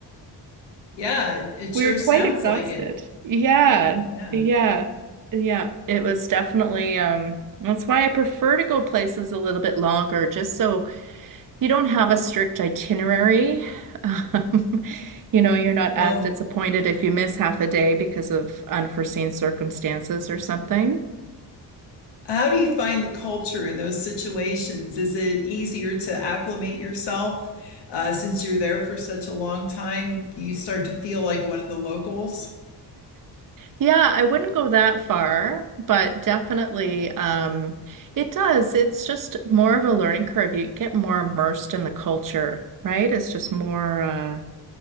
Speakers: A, on the left (about 80°); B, on the right (about 50°).
A: yeah, it, it
B: We
A: sure
B: were quite
A: sounds
B: exhausted.
A: like it.
B: Yeah,
A: Yeah.
B: yeah, yeah. It was definitely um that's why I prefer to go places a little bit longer, just so You don't have a strict itinerary. Um, <laughs> you know, you're not
A: Well,
B: as disappointed if you miss half a day because of unforeseen circumstances or something.
A: How do you find the culture in those situations? Is it easier to acclimate yourself uh, since you're there for such a long time? You start to feel like one of the locals.
B: Yeah, I wouldn't go that far, but definitely um, it does. It's just more of a learning curve. You get more immersed in the culture, right? It's just more uh,